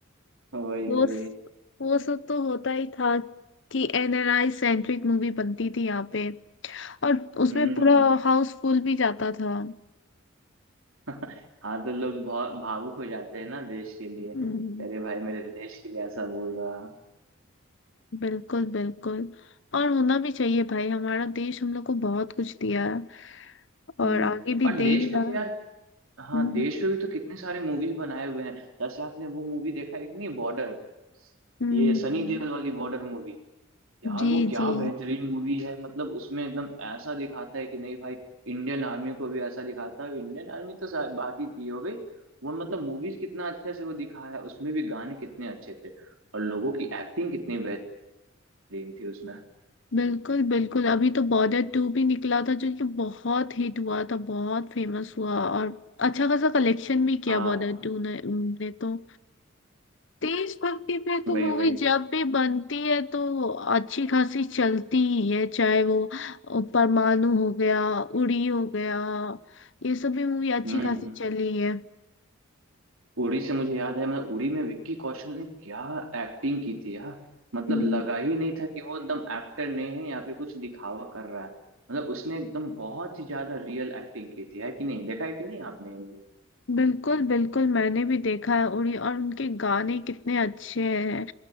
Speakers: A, on the right; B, on the left.
A: वही
B: वो
A: वही
B: वो सब तो होता ही था कि एनआरआई सेंट्रिक मूवी बनती थी यहाँ पे और उसमें
A: हम्म
B: पूरा
A: हम्म।
B: हाउस फुल भी जाता था
A: <laughs> हाँ तो लोग भा, भावुक हो जाते हैं ना देश के लिए
B: हम्म,
A: अरे भाई मेरे देश के लिए ऐसा बोल रहा
B: बिल्कुल बिल्कुल और होना भी चाहिए भाई हमारा देश हम लोग को बहुत कुछ दिया है और
A: हम्म
B: आगे भी
A: और
B: दे
A: देश
B: ही
A: का
B: रहा
A: प्यार हाँ
B: हम्म
A: देश पे भी तो कितने सारे मूवीज बनाए हुए हैं जैसे आपने वो मूवी देखा एक नहीं बॉर्डर
B: हम्म,
A: ये सनी देओल वाली बॉर्डर मूवी यार
B: जी
A: वो क्या
B: जी
A: बेहतरीन मूवी है मतलब उसमें एकदम ऐसा दिखाता है कि नहीं भाई इंडियन आर्मी को भी ऐसा दिखाता है इंडियन आर्मी तो सा- बाकी की हो गई वो मतलब मूवीज कितना अच्छे से वो दिखाया है उसमें भी गाने कितने अच्छे थे और लोगों की एक्टिंग कितनी बेहतरीन थी उसमें
B: बिल्कुल बिल्कुल अभी तो बॉर्डर टू भी निकला था जो कि बहुत हिट हुआ था बहुत फेमस हुआ और अच्छा खासा कलेक्शन भी किया
A: हाँ
B: बॉर्डर टू ने, ने तो देशभक्ति पे तो
A: वही
B: मूवी
A: वही
B: जब भी बनती है तो अच्छी खासी चलती ही है चाहे वो अ, परमाणु हो गया उड़ी हो गया ये सब भी मूवी अच्छी
A: हम्म हम्म।
B: खासी चली है
A: उड़ी से मुझे याद है मतलब उड़ी में विक्की कौशल ने क्या एक्टिंग की थी यार मतलब
B: हम्म,
A: लगा ही नहीं था कि वो एकदम एक्टर नहीं है या फिर कुछ दिखावा कर रहा है मतलब उसने एकदम बहुत ही ज्यादा रियल एक्टिंग की थी है कि नहीं देखा है कि नहीं आपने ये मूवी
B: बिल्कुल बिल्कुल मैंने भी देखा है उरी और उनके गाने कितने अच्छे हैं